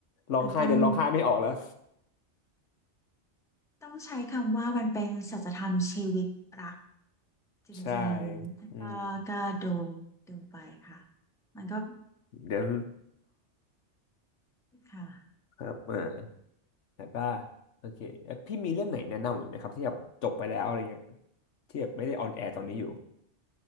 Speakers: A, on the left; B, in the centre.
A: ร้องไห้จนร้องไห้ไม่ออกแล้ว
B: มันต้องต้องใช้คำว่ามันเป็นสัจธรรมชีวิตรักจริงๆแล้วก็ก็ดู
A: ใช่อืม
B: ดูไปค่ะมันก็
A: เดี๋ยว
B: ค่ะ
A: ครับเออแล้วก็โอเคแล้วพี่มีเรื่องไหนแนะนำอีกไหมครับที่แบบจบไปแล้วอะไรเงี้ยที่แบบไม่ได้ออนแอร์ตอนนี้อยู่